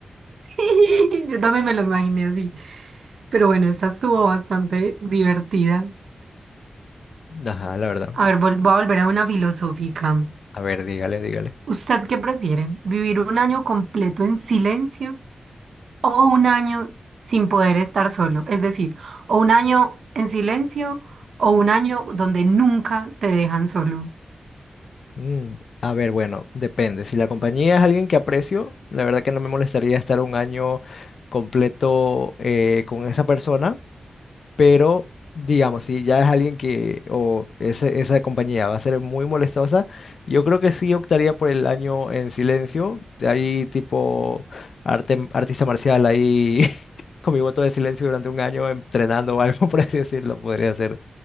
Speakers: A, on the right; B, on the left.
A: <laughs> Yo también me lo imaginé así. Pero bueno, esta estuvo bastante divertida.
B: Ajá, la verdad.
A: A ver, vol- voy a volver a una filosófica.
B: A ver, dígale, dígale.
A: ¿Usted qué prefiere? ¿Vivir un año completo en silencio? o un año sin poder estar solo, es decir, o un año en silencio o un año donde nunca te dejan solo.
B: Mm, a ver, bueno, depende. Si la compañía es alguien que aprecio, la verdad que no me molestaría estar un año completo eh, con esa persona, Pero, digamos, si ya es alguien que, o ese- esa compañía va a ser muy molestosa, yo creo que sí optaría por el año en silencio. Ahí tipo arte, artista marcial ahí <laughs> con mi voto de silencio durante un año entrenando o algo, <laughs> por así decirlo, podría hacer.